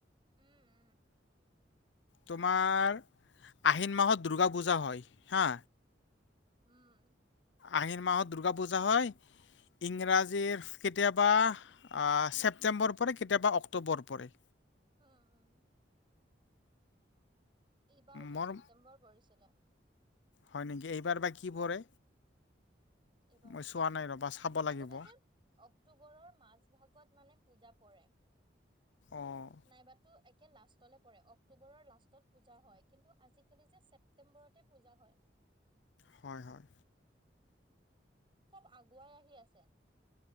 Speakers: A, on the right; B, on the left.
A: উম উম।
B: তোমাৰ আহিন মাহত দুৰ্গা পূজা হয়, হা
A: উম
B: আহিন মাহত দুৰ্গা পূজা হয়।
A: <inaudible>
B: ইংৰাজীৰ কেতিয়াবা আ ছেপ্টেম্বৰ পৰে, কেতিয়াবা অক্টোবৰ পৰে।
A: উম উম এইবাৰতটো
B: মোৰ
A: ছেপ্টেম্বৰ পৰিছিলে।
B: হয় নেকি, এইবাৰ বা কি পৰে?
A: এইবাৰ
B: মই চোৱা
A: কি পৰে
B: নাই ৰ'বা
A: বা,
B: চাব লাগিব
A: আগতে যে অক্টোবৰৰ মাজ ভাগত মানে পূজা পৰে,
B: অঁ
A: নাইবাটো লাষ্টলৈ পৰে অক্টোবৰৰ লাষ্টত পূজা হয়, কিন্তু আজিকালি যে ছেপটেম্বৰতে পূজা হয়। <inaudible>
B: হয় হয়।
A: চব আগুৱাই আহি আছে।